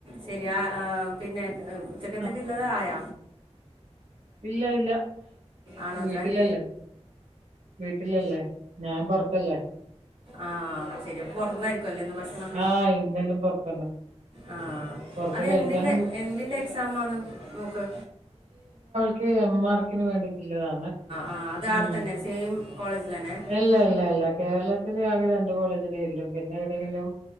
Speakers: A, on the right; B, on the right.
A: ശരി ആ പിന്നെ ഉച്ചക്കത്തക്കുള്ളത
B: ആ
A: ആയ
B: ഇല്ല ഇല്ല
A: ആണോ
B: വീട്ടിലല്ലേ
A: അത്രേ
B: വീട്ടില ല്ലേ ഞാൻ പൊറത്തല്ലേ
A: ആഹ ശരി അപ്പ പുറത്തന്നായിരിക്കുവ അല്ലേ ഇന്ന് ഭക്ഷണം
B: ആ ഇന്നെല്ലാം പൊറത്തന്നെ
A: ആഹ
B: പൊറത്ത്
A: അതന്തിന്റെഎന്തിന്റെ
B: കഴിക്കാനും പോ
A: എക്സാമാണ് ആണ് മോക്ക്
B: ക്ക് എംമാർക്കിന് വേണ്ടിട്ടുള്ളതാണ്
A: ആ അത് അവിടെ
B: ഉ
A: തന്നെ സെയിം കോളേജിൽ തന്നെ
B: ഇല്ല ഇല്ല ഇല്ല കേരളത്തില് ആകെ രണ്ട കോളേജില ഇല്ലും പിന്നെ വിടെങ്കിലും